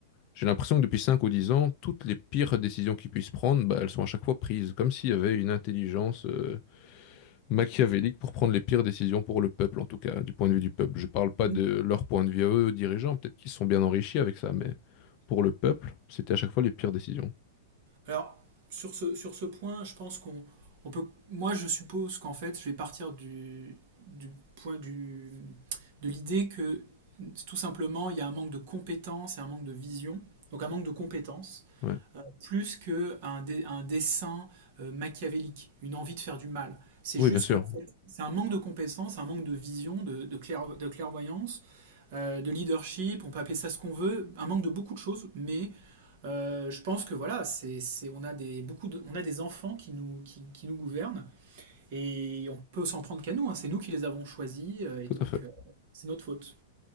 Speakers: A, on the left (about 30°); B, on the right (about 40°).
A: j'ai l'impression que depuis 5 ou 10 ans, toutes les pires décisions qu'ils puissent prendre, bah, elles sont à chaque fois prises, comme s'il y avait une intelligence euh, machiavélique pour prendre les pires décisions pour le peuple, en tout cas, du point de vue du peuple. Je parle pas
B: hmm.
A: de leur point de vue à eux, aux dirigeants, peut-être qu'ils se sont bien enrichis avec ça, mais pour le peuple, c'était à chaque fois les pires décisions.
B: Alors, sur ce, sur ce point, je pense qu'on on peut. Moi, je suppose qu'en fait, je vais partir du, du point du, de l'idée que tout simplement, il y a un manque de compétences et un manque de vision, donc un manque de compétences,
A: Ouais.
B: euh, plus qu'un un dessin euh, machiavélique, une envie de faire du mal. C'est
A: Oui,
B: juste
A: bien sûr,
B: que en fait, c'est un manque de compétences, un manque de vision, de, de clair- de clairvoyance, euh, de leadership, on peut appeler ça ce qu'on veut, un manque de beaucoup de choses, mais euh, je pense que voilà, c'est, c'est- on, a des, beaucoup de- on a des enfants qui nous, qui, qui nous gouvernent et on peut s'en prendre qu'à nous. hein. C'est nous qui les avons choisis euh,
A: tout
B: et donc
A: à fait.
B: euh, c'est notre faute.